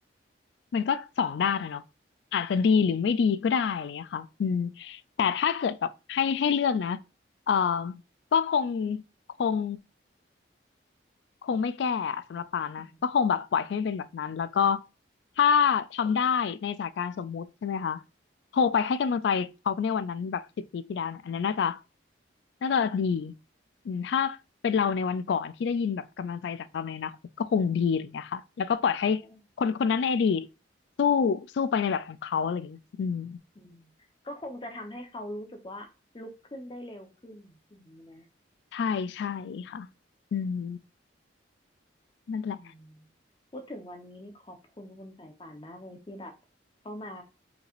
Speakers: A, on the left (about 65°); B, on the left (about 25°).
A: มันก็สองด้านอะเนาะอาจจะดีหรือไม่ดีก็ได้อะไรเงี้ยค่ะอืมแต่ถ้าเกิดแบบให้ให้เลือกนะเอ่อก็คงคง คงไม่แก้อะสำหรับปานนะก็คงแบบปล่อยให้มันเป็นแบบนั้นแล้วก็
B: อืม
A: ถ้าทำได้ในสถานการณ์สมมุติใช่ไหมคะโทรไปให้กำลังใจเขาในวันนั้นแบบสิบปีที่แล้วเนี่ยอันนี้นน่าจะน่าจะดีอืมถ้าเป็นเราในวันก่อนที่ได้ยินแบบกำลังใจจากเราในอนาคตก็คงดีอะไรอย่างเงี้ยค่ะแล้วก็ปล่อยให้
B: ใช่
A: คนคนนั้นในอดีตสู้สู้ไปในแบบของเขาอะไรอย่างเงี้ยอืม
B: อืมก็คงจะทำให้เขารู้สึกว่าลุกขึ้นได้เร็วขึ้นอย่างนี้นะ
A: ใช่ใช่ค่ะอืมนั่นแหละ
B: อืมพูดถึงวันนี้นี่ขอบคุณคุณสายป่านมากเลยที่แบบเข้ามา